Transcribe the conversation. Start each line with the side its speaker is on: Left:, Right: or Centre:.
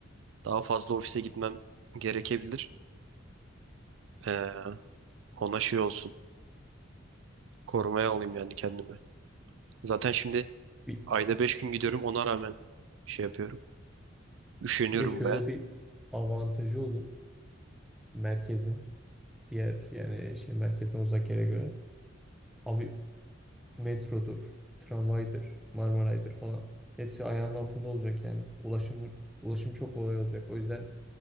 Right: Daha fazla ofise gitmem gerekebilir. Ee, ona şey olsun. Korumaya alayım yani kendimi. Zaten şimdi
Centre: Bir,
Right: ayda 5 gün gidiyorum ona rağmen şey yapıyorum. Üşeniyorum
Centre: bir de şöyle
Right: baya.
Centre: bir avantajı olur merkezin diğer yani şey merkezden uzak yere göre. Abi metrodur, tramvaydır, Marmaray'dır falan. Hepsi ayağının altında olacak yani. Ulaşım ulaşım çok kolay olacak. O yüzden